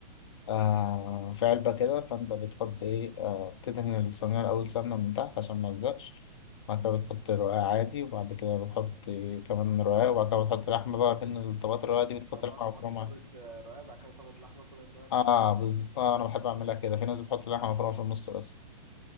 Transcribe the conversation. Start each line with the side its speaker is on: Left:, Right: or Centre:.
Left: آه في علبة كده فأنت بتحط إيه آه بتدهن الصينية الأول سمنة من تحت عشان ما يلزقش بعد كده بتحط رقاق عادي وبعد كده بتحط إيه كمان رقاق وبعد كده بتحط لحمة بقى بين الطبقات الرقاق دي بتحط
Right: تقعد
Left: لحمة
Right: تحط
Left: مفرومة
Right: طبقة آه، رقاق بعد كده طبقة لحمة طبقة رقاق طبقة
Left: اه
Right: لحمة
Left: بز... آه أنا بحب أعملها كده في ناس بتحط لحمة مفرومة في النص بس